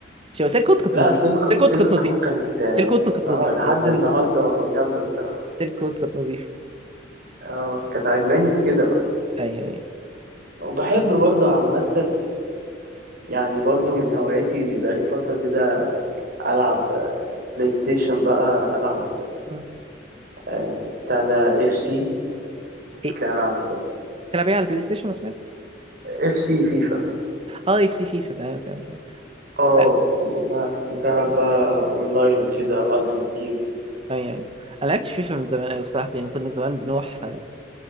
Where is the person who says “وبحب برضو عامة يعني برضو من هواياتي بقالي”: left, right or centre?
Right